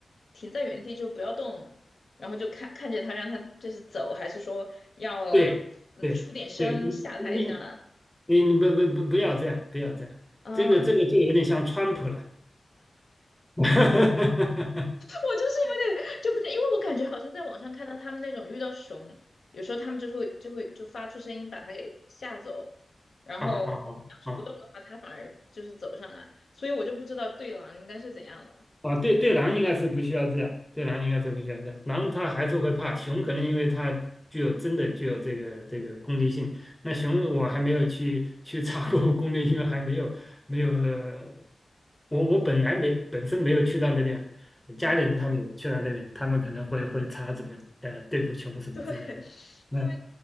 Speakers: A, on the left (about 70°); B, in the centre.
A: 停在原地就不要动，然后就看看着它让它就是走，还是说要呃
B: 对对对，
A: 出点声吓它一下？
B: 你你你你不不不不要这样，不要这样，
A: 嗯嗯
B: 这个这个就有点像川普了。<laughs>
A: 我就是有点就不是，因为我感觉好像在网上看到他们那种遇到熊，有时候他们就会就会就发出声音把它给吓走，然后
B: 啊啊
A: 要是不动的话，
B: 啊啊！
A: 它反而就是走上来，所以我就不知道对狼应该是怎样的。
B: 啊，对对狼应该是不需要这样，对狼应该是不需要这样。狼它还是会怕，熊可能因为它具有真的具有这个这个攻击性。那熊我还没有去去查过 <laughs> 攻略，因为还没有没有，呃我我本来没本身没有去到那边，家里人他们也去到那边，
A: 那么，嗯，
B: 他们可能会会查怎么呃对付熊什么之类的。
A: 对，<laughs>
B: 嗯，
A: 因为